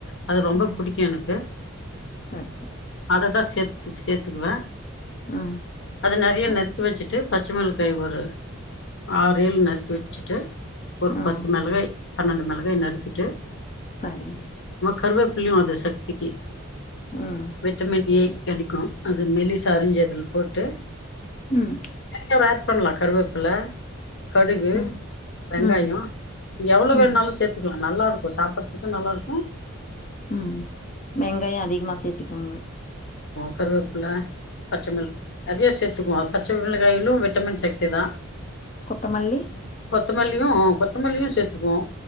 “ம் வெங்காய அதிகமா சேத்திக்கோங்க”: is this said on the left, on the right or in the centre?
Left